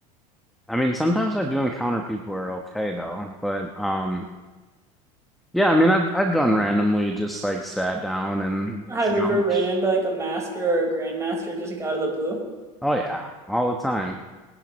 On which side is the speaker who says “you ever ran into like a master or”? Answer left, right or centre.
Right